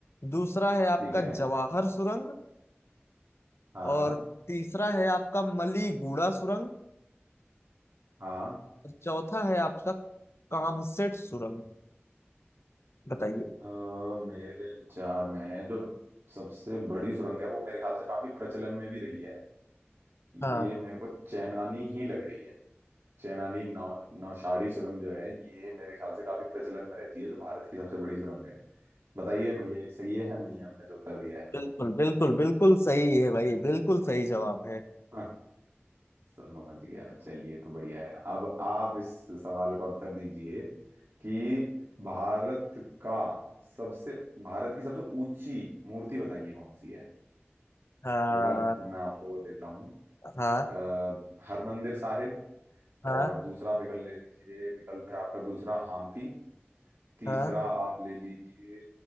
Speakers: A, on the left; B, on the right.
A: दूसरा है आपका
B: ठीक है
A: जवाहर सुरंग
B: हाँ
A: और तीसरा है आपका मलीगुड़ा सुरंग
B: हाँ
A: और चौथा है आपका कामसेट सुरंग बताइए
B: अ, मेरे विचार में जो सबसे बड़ी सुरंग है वो मेरे ख्याल से काफी प्रचलन में भी रही है
A: हाँ
B: ये मेरे को चेनानी ही लग रही है चेनानी नौ नौशारी सुरंग जो है ये मेरे ख्याल से काफी प्रचलन में रहती है जो भारत की सबसे बड़ी सुरंग है बताइए भैया ये सही है या नहीं है हमने जो उत्तर दिया है
A: बिल्कुल बिल्कुल बिल्कुल सही है भाई बिल्कुल सही जवाब है
B: हाँ, समझ गया चलिए तो बढ़िया है अब आप इस सवाल का उत्तर दीजिए कि भारत का सबसे भारत की सबसे ऊंची मूर्ति बताइए कौन सी है
A: हाँ
B: विकल्प मैं आपको देता हूँ
A: हाँ
B: अः हरमंदिर साहिब
A: हाँ
B: और दूसरा विकल्प ले लीजिए विकल्प है आपका दूसरा हम्पी तीसरा
A: हाँ
B: आप ले लीजिए